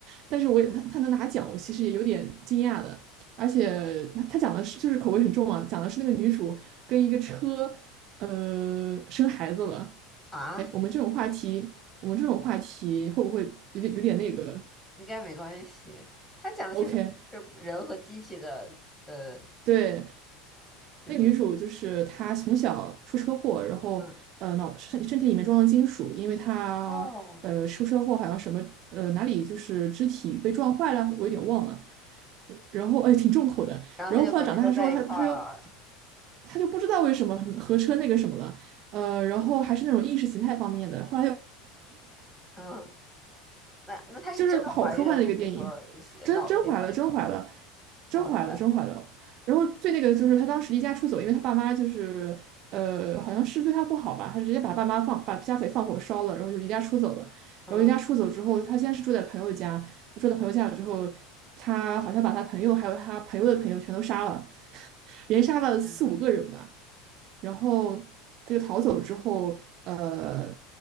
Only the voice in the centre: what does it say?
啊。
应该没关系。他讲的是什么？
是人和机器的，呃，
就是
嗯，
哦，
有意思。
然后他就和车在一块儿了。
嗯，那那他是真的怀孕还是说是脑子里怀孕？
哇塞，
嗯
嗯